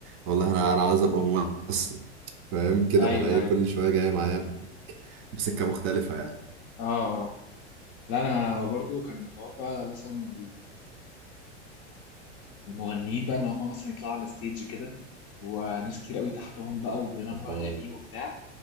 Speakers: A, on the right; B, on the left.
A: والله انا انا عاوز ابقى ممثل فاهم كده
B: ايوه
A: بقى انا ايه
B: ايوه
A: كل شويه جاي معايا بسكه مختلفه يعني
B: اه آه. لا انا برضو كان حوار بقى مثلا المغنيين بقى ان هم مثلا يطلعوا على ستيج كده وناس كتير قوي تحتهم بقى وبيغنوا
A: آه.
B: اغاني وبتاع